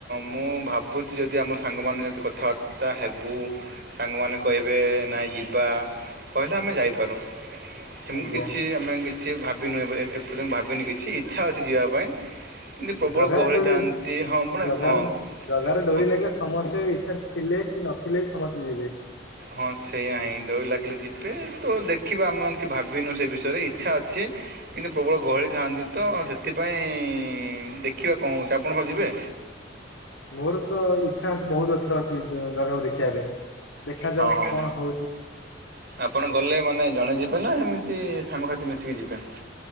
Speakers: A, on the right; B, on the left.
A: ମୁଁ ଭାବୁଛି ଯଦି ଆମ ସାଙ୍ଗମାନେ ଯଦି କଥାବାର୍ତ୍ତା ହେବୁ ସାଙ୍ଗମାନେ କହିବେ ନାଇଁ ଯିବା କହିଲେ ଆମେ ଯାଇପାରୁ। ସେମିତି
B: ଆଜ୍ଞା
A: କିଛି ଆମେ କିଛି ଭାବିନୁ <unintelligible> ଏବେ ଏ ଏପର୍ଯ୍ୟନ୍ତ ଭାବିନୁ କିଛି ଇଚ୍ଛା ଅଛି ଯିବା ପାଇଁ କିନ୍ଦି ପ୍ରବଳ
B: ଜଗାର
A: ଗହଳି
B: ଡୋରି
A: ଥାଆନ୍ତି ହଁ ମାନେ
B: ଜଗାର
A: ହଁ
B: ଜଗାର ଡୋରି
A: ହଁ
B: ଲାଗିଲେ ସମସ୍ତେ ଇଚ୍ଛା ଥିଲେ କି ନଥିଲେ ବି ସମସ୍ତେ ଯିବେ।
A: ହଁ ସେଇଆ ହିଁ ଡୋରି ଲାଗିଲେ ଯିବେ ତ ଦେଖିବା ଆମେ ଏମିତି ଭାବିନୁ ସେ ବିଷୟରେ ଇଚ୍ଛା ଅଛି। କିନ୍ତୁ ପ୍ରବଳ ଗହଳି ଥାଆନ୍ତି ତ ସେଥିପାଇଁ ଦେଖିବା କଣ ହଉଛି ଆପଣ କଣ ଯିବେ?
B: ମୋର ତ ଇଚ୍ଛା ବହୁତ ଏଥର ଅଛି ଜ ଜାଗାକୁ ଦେଖିବା ପାଇଁ। ଦେଖାଯାଉ
A: ହଁ ହଁ
B: କଣ ହଉଛି।
A: ଆପଣ ଗଲେ ମାନେ ଜଣେ ଯିବେ ନା ଏମିତି ସାଙ୍ଗସାଥି ମିଶିକି ଯିବେ?